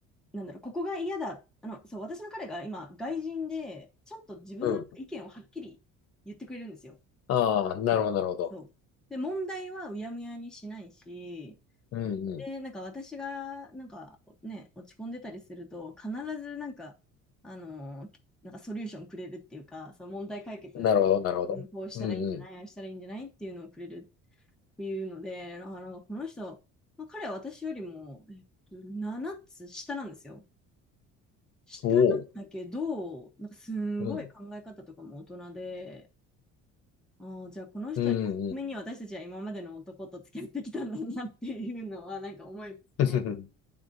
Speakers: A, in the centre; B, on the left (about 55°).
A: なんだろう、ここが嫌だ。あの、そう、私の彼が今、外人で、ちゃんと自分の意見をはっきり言ってくれるんですよ。
B: うん。ああ、なるほど、なるほど。
A: そう。で、問題はうやむやにしないし、
B: うんう
A: で、なんか私が、なんかね、落ち込んでたりすると、必ずなんか、あのーなんかソリューションくれるっていうか、その問題解決を、
B: ん。なるほど、なるほど。
A: うん、こうしたらいいんじゃない、
B: うんうん。
A: ああしたらいいんじゃないっていうのをくれるっていうので、なんかこの人、まあ、彼は私よりも、えっと、7つ下なんですよ。したんだけど、
B: おお。
A: なんかすごい考え方とかも大人で、
B: うん。
A: ああ、じゃあこの人に、
B: うんうん。
A: ために私たちは今までの男と付き合ってきたんだなっていうのは、なんか思いますね。
B: <laughs>